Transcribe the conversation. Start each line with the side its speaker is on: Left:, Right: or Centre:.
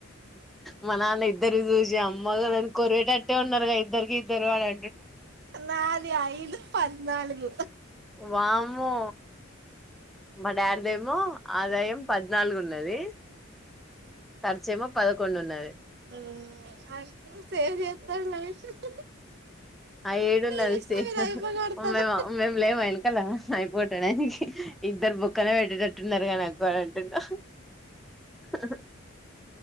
Centre: మా నాన్న ఇద్దరు చూసి అమ్మగను కోర్వేట టాటూ ఉన్నారుగా ఇద్దరికి ఇద్దరు వాళ్ళే
Right: నాది ఐదు పద్నాలుగు
Centre: వామ్మో మా డాడ్ ది ఏమో ఆదాయం పద్నాలుగు ఉన్నది ఖర్చేమో పదకుండు ఉన్నది
Right: మ్మ్ ఆ సేవ్ చెస్ <inaudible>
Centre: ఆ ఏడుంద అలిసి
Right: చేసిన మీరు అయిపోగొడతారు
Centre: మే మేము లేము వెనకాల అయిపోటడానికి ఇద్దరు బుక్కనే పెట్టేటట్టున్నారుగా నాకు అని అంటుంనాడు ఆ